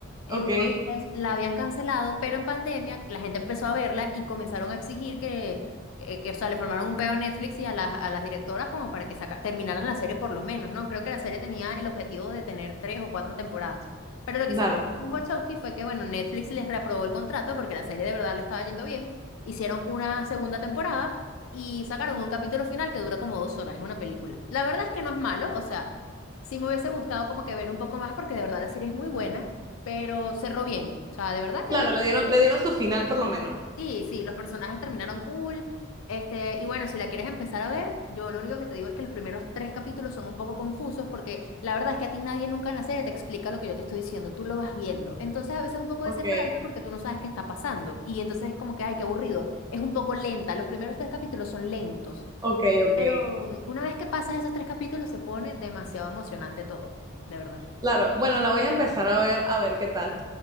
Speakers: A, on the left; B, on the right.
A: Entonces
B: Ok,
A: la habían cancelado, pero en pandemia la gente empezó a verla y comenzaron a exigir que, que, que, o sea, le formaron un peo a Netflix y a las, a las directoras como para que saca- terminaran la serie por lo menos, ¿no? Creo que la serie tenía el objetivo de tener tres o cuatro temporadas. Pero lo que
B: claro.
A: hicieron los Wachowski fue que, bueno, Netflix les reaprobó el contrato porque la serie de verdad le estaba yendo bien. Hicieron una segunda temporada y sacaron un capítulo final que dura como dos horas, es una película. La verdad es que no es malo, o sea, sí me hubiese gustado como que ver un poco más porque de verdad la serie es muy buena, pero cerró bien, o sea, de verdad que
B: Claro, le dieron, le dieron su final por lo menos.
A: sí, sí, los personajes terminaron cool, este, y bueno, si la quieres empezar a ver, yo lo único que te digo es que los primeros tres capítulos son un poco confusos porque la verdad es que a ti nadie nunca en la serie te explica lo que yo te estoy diciendo, tú lo vas viendo, entonces a veces es un poco
B: Ok,
A: desesperante porque tú no sabes qué está pasando y entonces es como que, ay, qué aburrido, es un poco lenta, los primeros tres capítulos son lentos.
B: ok, ok.
A: Pero mm, una vez que pasas esos tres capítulos se pone demasiado emocionante todo, de verdad.
B: Claro, bueno, la voy a empezar a ver, a ver qué tal.